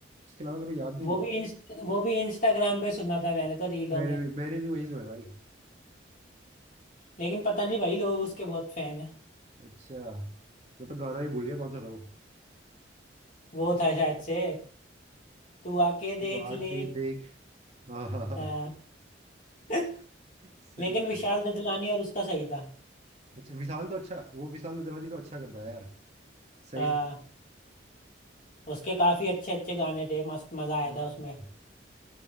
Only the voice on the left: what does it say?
वो
भी इंस्ट वो भी इंस्टाग्राम पे सुना था मैंने तो रीलों
में
लेकिन पता नहीं भाई लोग उसके बहुत फैन है
वो था शायद से तू आके
देख
ले
हाँ <laughs>
लेकिन विशाल
ददलानी और उसका सही था
हाँ
उसके काफी अच्छे अच्छे गाने थे मस्त मजा आया
था उसमें